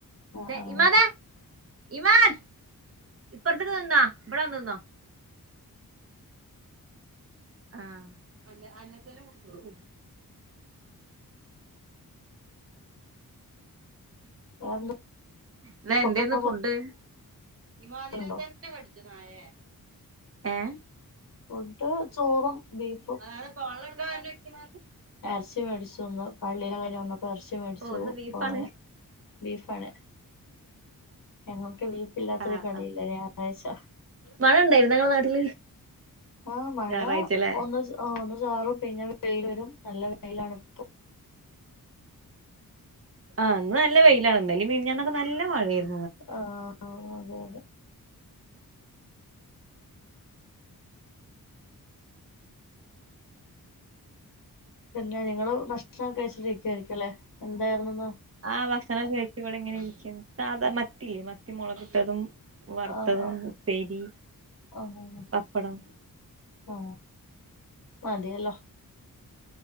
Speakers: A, on the left (about 65°); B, on the right (about 40°).
A: ആഹ്
B: <unintelligible>
A: ആഹ്
B: ഇവാൻ ഇപ്പർത്ത്ക്ക് തിന്നോ ബടെ വന്ന് നിന്നോ ആഹ് അങ്ങൻ അങ്ങൻത്തന്നെ കുട്ടോളൂ
A: വേറെന്താ
B: ല്ലാ
A: പുറത്തൊക്കെ
B: എന്തേന്ന് ഫുഡ് ന്താ
A: പോകലുണ്ടോ
B: കടിച്ചു നായേ ഏഹ്
A: ഒണ്ട് ചോറും ബീഫും
B: <unintelligible>
A: എർച്ചി മേടിച്ചു ന്ന് പള്ളിയെല്ലാം കയ്ഞ്ഞ് വന്നപ്പൊ എർച്ചി മേടിച്ചു
B: ഓ ഇന്ന് ബീഫാണ്
A: പ്പ അങ്ങനെ ബീഫാണ് ഞങ്ങൾക്ക് ബീഫ് ഇല്ലാത്തൊരു
B: ആഹ്
A: കളിയില്ല
B: ആഹ്
A: ഞായറാഴ്ച്ചാ
B: മഴ ഉണ്ടായിരുന്നോ നിങ്ങളെ നാട്ടില്
A: ആ മഴ
B: ഞായറാഴ്ചല്ലേ
A: ഒന്ന് ച് ഒന്ന് ചാറും പിന്നെ വെയ്ലെരും നല്ല വെയ്ലാണ്പ്പാെ
B: ആഹ് ഇന്ന് നല്ല വെയ്ലാണ് ഇന്നലിം മീൻഞ്ഞാന്നാെക്കെ നല്ല മഴേര്
A: ആ ആ അതെ അതെ പിന്നെ നിങ്ങള് ഭക്ഷണം ഒക്കെ കഴിച്ചിട്ടിരിക്കുവായിരിക്കും അല്ലെ എന്തായിരുന്നുന്ന്
B: ആ ഭക്ഷണം കഴിച്ച് ഇവടെ എങ്ങനെ ഇരിക്കുന്നു സാധാ മത്തിയില്ലേ മത്തി മുളകിട്ടതും വറുത്തതും,
A: ആഹ് ആഹ്
B: ഉപ്പേരി,
A: ആഹ്
B: പപ്പടം
A: ആഹ് മതിയല്ലോ